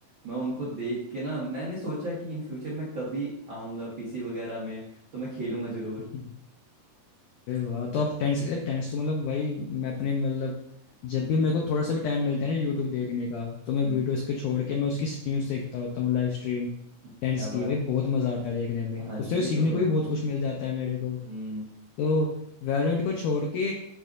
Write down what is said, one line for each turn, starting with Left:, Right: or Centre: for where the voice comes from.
Right: मैं उनको देख के ना मैंने सोचा कि इन फ्यूचर मैं कभी आऊँगा पीसी वगैरह में तो मैं खेलूंगा जरूर
Left: <laughs> अरे वाह तो आप टेंस अरे टेंस तो मतलब भाई मैं अपने मतलब
Right: हम्म
Left: जब भी मेरे को थोड़ा सा भी टाइम मिलता है ना यूट्यूब देखने का तो मैं
Right: हम्म,
Left: वीडियोस के छोड़ के मैं उसकी स्ट्रीम्स देखता होता हूँ लाइव स्ट्रीम
Right: हम्म,
Left: टेंस
Right: क्या
Left: की
Right: बात
Left: भाई
Right: है
Left: बहुत मजा आता है देखने में
Right: हाँ ये
Left: उससे सीखने
Right: तो बात
Left: को भी बहुत
Right: है
Left: कुछ मिल जाता है मेरे को
Right: हम्म
Left: तो वैलोरेंट को छोड़ के